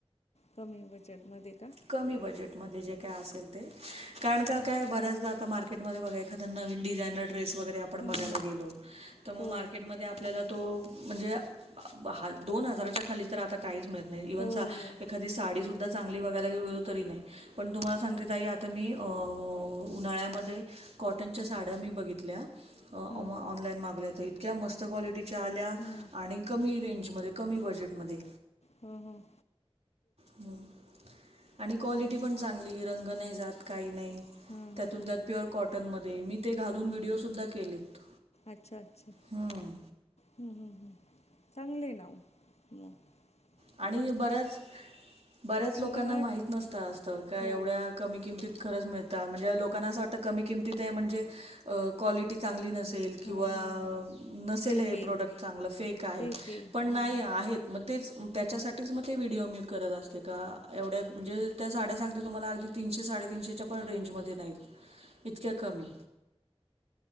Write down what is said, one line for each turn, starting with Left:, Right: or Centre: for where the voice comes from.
Left: कमी बजेटमध्ये का?
Right: कमी बजेटमध्ये जे काय असेल ते कारण का काय बऱ्याचदा आता मार्केटमध्ये बघा एखाद नवीन डिझानर ड्रेस वगैरे आपण
Left: हां
Right: बघायला
Left: हां
Right: गेलो तर म
Left: हो
Right: मार्केट मधे आपल्याला तो म्हणजे हा दोन हजाराच्या खाली तर आता काहीच मिळत नाही इव्हन
Left: हो हो
Right: सा एखादी साडी सुद्धा चांगली बघायला गेऊ गलो तरी नाही पण तुम्हाला सांगते
Left: हो
Right: ताई आ त मी अं उन्हाळ्यामध्ये कॉटनच्या साड्या मी बघितल्या अ
Left: हां
Right: ऑनलाईन मागल्या तर इतक्या मस्त क्वालिटी च्या आल्या
Left: हं,
Right: आणि कमी रेंजमध्ये कमी बजेटमध्ये.
Left: हम हम.
Right: हम आणि
Left: त्याच्यावर
Right: क्वालिटी पण चांगली रंग नाही जात काही नाही.
Left: हं,
Right: त्यातून
Left: हं, हं,
Right: त्यात प्युअर कॉटनमध्ये मी ते घालून व्हिडिओ
Left: हं.
Right: सुद्धा केलेत.
Left: अच्छा अच्छा.
Right: हम्म.
Left: हम्म हम्म हम् चांगले ना ओ ह.
Right: आणि बऱ्याच बऱ्याच लोकांना
Left: उलट
Right: माहित नसतं असतं का
Left: हो
Right: एवढ्या कमी किमतीत खरंच मिळतात म्हणजे लोकांना असं वाटतं कमी किमतीत आहे म्हणजे अ क्वालिटी चांगली नसेल किंवा
Left: हां हां हां
Right: नसेल
Left: फेके
Right: हे प्रोडक्ट चांगलं फेक आहे.
Left: फेके
Right: पण
Left: हां
Right: नाही आहेत म तेच त्याच्यासाठीच
Left: हं.
Right: म ते व्हिडिओ मी करत असते का एवढ्या म्हणजे त्या साड्या सांगते तुम्हाला अगदी तीनशे साडेतीनशेच्या पण रेंजमध्ये नाहीत. इतक्या कमी,